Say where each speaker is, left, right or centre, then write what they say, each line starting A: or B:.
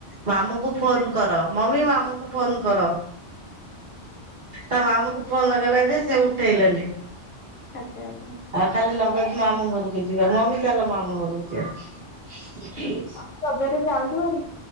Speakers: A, on the right (about 50°); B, on the left (about 85°).
A: ମାମୁଁ କୁ ଫୋନ କର। ମମି ମାମୁଁ କୁ ଫୋନ୍ କର। ତା ମାମୁଁ କୁ ଫୋନ୍ ଲଗେଇଲା ଯେ ସେ ଉଠେଇଲେନି।
B: ଆଚ୍ଛା ଆଚ୍ଛା।
A: ଖାଲି ଲଗେଇଛି ମାମୁଁ ଘରକୁ ଯିବା ମମି ଚାଲ ମାମୁଁ ଘରକୁ ଯିବା।
B: ଆ ରଜରେ ଯାନ୍ତୁ ହାରି।